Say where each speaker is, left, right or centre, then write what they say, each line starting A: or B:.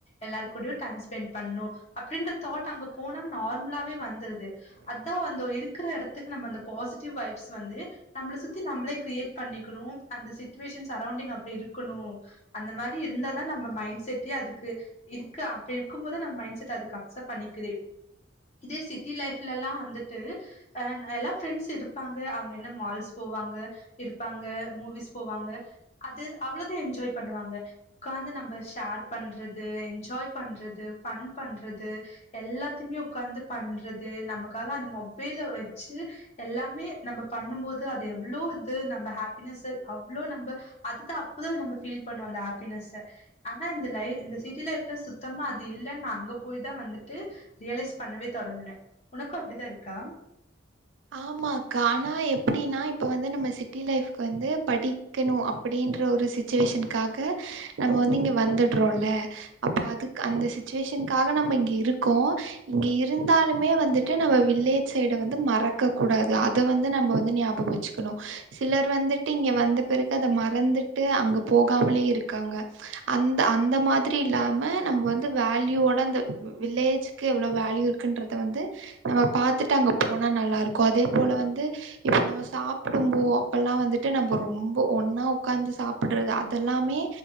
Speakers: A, on the left (about 35°); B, on the right (about 85°).
A: எல்லார் கூடயு டைம் ஸ்பெண்ட் பண்ணு அப்டின்ற தாட் அங்க போனா நார்மலாவே வந்துருது அதா வந்து இருக்கிற இடத்துக்கு நம்ப அந்த பாசிட்டிவ் வைப்ஸ் வந்து நம்ள சுத்தி நம்பளே கிரியேட் பண்ணிக்குணு அந்த சிச்சுவேஷன் சரௌண்டிங் அப்டி இருக்குணு அந்த மாரி இருந்தாதா நம்ம மைண்ட் செட்டே அதுக்கு இருக்கு அப்டி இருக்கும் போதா நம்ம மைண்ட் செட் அதுக்கு அக்செப்ட் பண்ணிக்குதே இதே சிட்டி லைஃப்லலா வந்துட்டு அ எல்லா ஃப்ரெண்ட்ஸ் இருப்பாங்க அவுங்க என்ன மால்ஸ் போவாங்க இருப்பாங்க மூவிஸ் போவாங்க அது அவ்ளோதா என்ஜாய் பண்ணுவாங்க உக்காந்து நம்ம ஷேர் பண்றது என்ஜாய் பண்றது ஃபன் பண்றது எல்லாத்தியுமே உக்காந்து பண்றது நமக்காக அந்த மொபைல வச்சு எல்லாமே நம்ப பண்ணும் போது அது எவ்ளோ இ து நம்ப ஹாப்பினஸ்ஸ அவ்ளோ நம்ப அதுதா அப்தா நம்ப ஃபீல் பண்ணுவோ அந்த ஹாப்பினஸ்ஸ ஆனா இந்த லை இந்த சிட்டி லைஃப்ல சுத்தமா அது இல்லன்னு நா அங்க போயி தா வந்துட்டு ரியலைஸ் பண்ணவே தொடங்குன உனக்கு அப்டிதா இருக்கா
B: ஆமா அக்கா ஆனா எப்டின்னா இப்ப வந்து நம்ம சிட்டி லைஃப்க் வந்து படி க்கணு அப்டின்ற ஒரு சிச்சுவேஷனுக்காக நம்ம வந்து இங்க வந்துட்றோல அப்ப அதுக்கு அந்த சிச்சுவேஷனுக்காக நம்ம இங்க இருக்கோ இங்க இருந்தாலுமே வந்துட்டு நம்ம வில்லேஜ் சைட வந்து மற க்க கூடாது அத வந்து நம்ப வந்து ஞாபக வச்சுக்கணு சிலர் வந்துட்டு இங்க வந்த பிறகு அத மறந்துட்டு அங்க போகாமலே இருக்காங்க அந்த அந்த மாதிரி இல்லாம நம்ம வந்து வேல்யூவோட அந்த வில்லேஜ் க்கு எவ்ளோ வேல்யூ இருக்குன்றத வந்து நம்ம பாத்துட்டு அங்க போனா நல்லா இருக்கு அதே போல வந்து இப்போ நம்ப சாப்பிடும்போ அப்பல்லா வந்துட்டு நம்ப ரொம்ப ஒன்னா ஒக்காந்து சாப்படுறது அதெல்லாமே